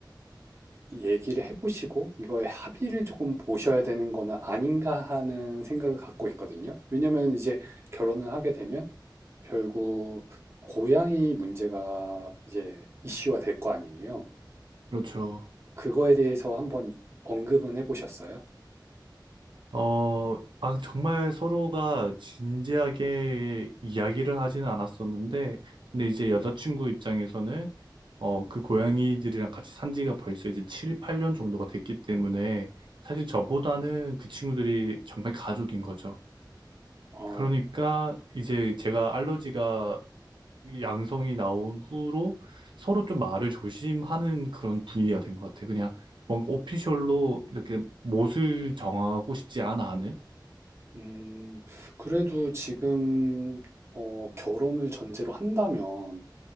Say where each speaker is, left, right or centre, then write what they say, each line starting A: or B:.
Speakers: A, on the right; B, on the right.
A: 얘기를 해보시고 이거에 합의를 조금 보셔야 되는 거는 아닌가 하는 생각을 갖고 있거든요. 왜냐면 이제 결혼을 하게 되면 결국 고양이 문제가 이제 이슈화 될 거 아니에요.
B: 그렇죠.
A: 그거에 대해서 한번 언급은 해보셨어요?
B: 어, 아, 정말 서로가 진지하게 이야기를 하지는 않았었는데, 근데 이제 여자친구 입장에서는, 어, 그 고양이들이랑 같이 산 지가 벌써 이제 7, 8년 정도가 됐기 때문에, 사실 저보다는 그 친구들이 정말 가족인 거죠.
A: 어,
B: 그러니까 이제 제가 알러지가 양성이 나온 후로 서로 좀 말을 조심하는 그런 분위기가 된 것 같아요. 그냥 뭔가 오피셜로 이렇게 못을 정하고 싶지 않아 하는?
A: 음, 그래도 지금 어, 결혼을 전제로 한다면